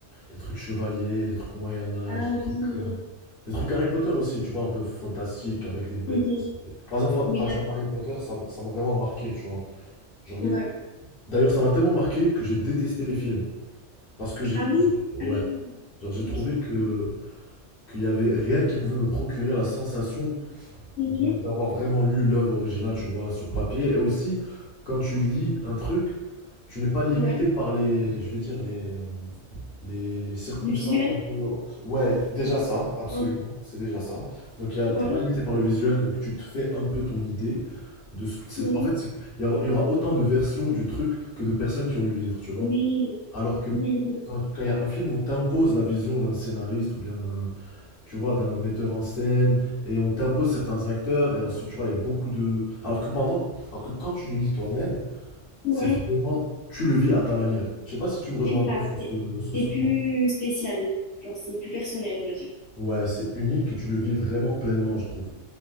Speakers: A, on the left; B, on the left.
A: les trucs chevaliers, les trucs Moyen-Âge,
B: Ah
A: les trucs.
B: oui.
A: euh, Les trucs Harry Potter aussi, tu vois, un peu fantastique, avec des bêtes.
B: Mhm.
A: Par exemple,
B: Oui,
A: par
B: il
A: exemple
B: y avait-
A: Harry Potter, ça, ça m'a vraiment marqué, tu vois. Genre les...
B: ouais.
A: D'ailleurs, ça m'a tellement marqué que j'ai détesté les films. Parce que j'ai...
B: Ah oui.
A: j'ai- Ouais.
B: Ah,
A: Genre, j'ai
B: ok.
A: trouvé que qu'il y avait rien qui pouvait me procurer la sensation
B: Mhm.
A: de- d'avoir vraiment lu l'œuvre originale, tu vois, sur papier. Et aussi, quand tu lis un truc, tu n'es pas limité
B: Ouais.
A: par les, je vais dire, les, euh, les, les circonstances
B: Le visuel.
A: un peu... Ouais, déjà ça, absolument,
B: Ouais.
A: c'est déjà ça. Donc, il y a-
B: Ouais.
A: t'es pas limité par le visuel, donc tu te fais un peu ton idée de ce que... c'est-
B: Oui.
A: En fait, c'est- il y, aura il y aura autant de versions du truc que de personnes qui ont lu le livre, tu vois.
B: Oui.
A: Alors que
B: Mhm.
A: quand quand il y a un film, on t'impose la vision d'un scénariste ou bien d'un tu vois, d'un metteur en scène, et on t'impose certains acteurs, et ensuite, tu vois, il y a beaucoup de... Alors que pendant, alors que quand tu le lis toi-même,
B: Ouais.
A: c'est vraiment, tu le vis à ta manière. Je sais pas si tu me rejoins
B: C'est
A: un
B: ça.
A: peu sur
B: C'est
A: ce, sur
B: c'est
A: ce
B: plus
A: point.
B: spécial. Genre c'est plus personnel, on va dire.
A: Ouais, c'est unique et tu le vis vraiment pleinement, je trouve.